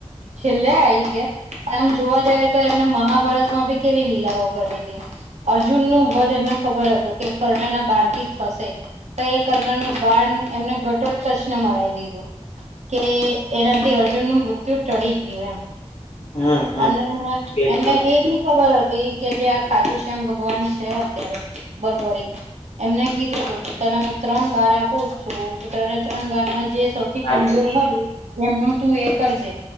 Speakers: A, on the right; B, on the left.
A: છેલ્લે આ આવી ગયા પણ આમ જોવા જાય. એમને મહાભારત માં બી કેવી લીલાઓ કરી હતી અર્જુન નું વધ એમને ખબર હતું. કે કર્ણાના બાણથી થશે. તો એ કર્ણરનું બાણ એમને ઘટોટ ટચને મરાવી દીધું. કે એનાથી અર્જુન નું મૃત્યુ ટળી ગયું એમ.
B: હમ હમ
A: અને
B: બિલકુલ
A: એને એ બી. ખબર હતી કે જે આ ખાટુ શ્યામ ભગવાન છે અત્યારે બરબરીક. એમને કીધું હત કે તને હું ત્રણ બાર આપું છું ત ત્રણ બારમાં જે સૌથી જર
B: હા
A: કમજોર હોય એમનું તું એ કરજે